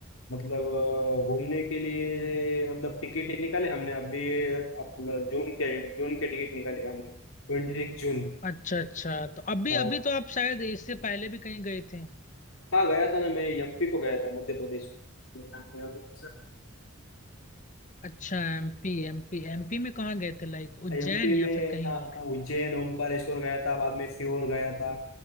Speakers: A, on the left (about 85°); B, on the left (about 35°).
A: मतलब अ, घूमने के लिए मतलब टिकट ही निकाले हमने अभी अपना जून के जून के टिकट निकाले हमने ट्वेंटी जून
B: अच्छा अच्छा तो अभी
A: हाँ
B: अभी तो आप शायद इससे पहले भी कहीं गए थे
A: हाँ गया था ना मैं एमपी को गया था मध्य प्रदेश को
B: अच्छा एमपी एमपी एमपी में कहाँ गए थे लाइक उज्जैन
A: एमपी
B: या
A: में
B: फिर कहीं
A: हाँ
B: और
A: उज्जैन ओमकारेश्वर गया था बाद में सीहोर गया था